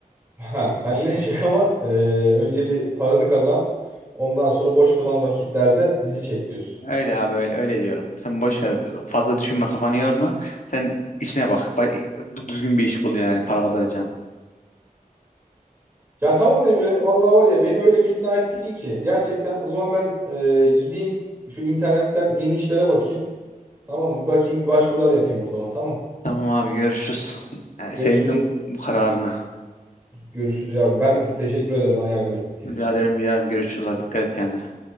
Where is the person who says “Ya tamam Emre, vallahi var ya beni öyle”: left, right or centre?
Right